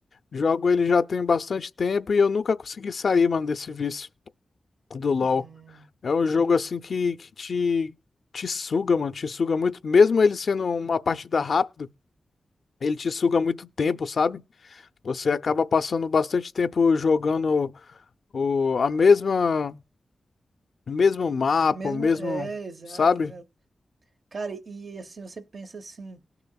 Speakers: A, on the left; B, on the right.
A: Jogo ele já tem bastante tempo e eu nunca consegui sair, mano, desse vício. do LoL.
B: Hum,
A: É um
B: sim.
A: jogo assim que, que te, te suga, mano, te suga muito. Mesmo ele sendo uma partida rápida, ele te suga muito tempo, sabe? Você acaba passando bastante tempo jogando o, a mesma, o mesmo mapa,
B: Mesmo,
A: o mesmo,
B: é, exato,
A: sabe?
B: exato. Cara, e assim, você pensa assim.